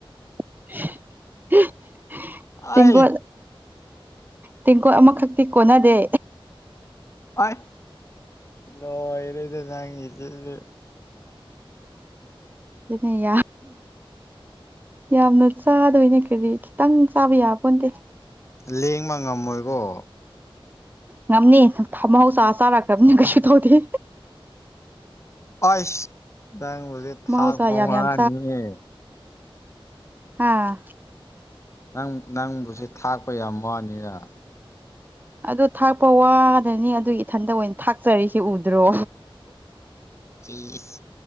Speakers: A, on the right (about 20°); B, on the left (about 30°).
A: <unintelligible> ꯇꯦꯡꯀꯣꯠ
B: ꯑꯩ
A: ꯇꯦꯡꯀꯣꯠ ꯑꯃꯈꯛꯇꯤ ꯀꯣꯟꯅꯗꯦ
B: ꯑꯥꯏ ꯂꯣꯏꯔꯦꯅꯦ ꯅꯪꯒꯤꯁꯤꯗꯤ
A: ꯑꯗꯨꯅꯦ ꯌꯥ ꯌꯥꯝꯅ ꯆꯥꯗꯣꯏꯅꯦ ꯀꯔꯤ ꯈꯤꯇꯪ ꯆꯥꯕ ꯌꯥꯄꯣꯟꯇꯦ
B: ꯂꯦꯡꯕ ꯉꯝꯃꯣꯏꯀꯣ
A: ꯉꯝꯅꯤ ꯃꯍꯧꯁꯥ ꯆꯥꯔꯛꯈ꯭ꯔꯕꯅꯤ ꯀꯩꯁꯨ ꯇꯧꯗꯦ
B: ꯑꯁ ꯅꯪꯕꯨꯁꯦ ꯊꯥꯛꯄ
A: ꯃꯍꯧꯁꯥ ꯌꯥꯝ
B: ꯋꯥꯅꯤꯍꯦ
A: ꯌꯥꯝ ꯍꯥꯥ
B: ꯅꯪ ꯅꯪꯕꯨꯁꯦ ꯊꯥꯛꯄ ꯌꯥꯝ ꯋꯥꯅꯤꯅ
A: ꯑꯗꯨ ꯊꯥꯛꯄ ꯋꯥꯗꯅꯤ ꯑꯗꯨꯒꯤ ꯏꯊꯟꯇ ꯑꯣꯏ ꯊꯥꯛꯆꯔꯤꯁꯤ ꯎꯗ꯭ꯔꯣ
B: ꯏꯁ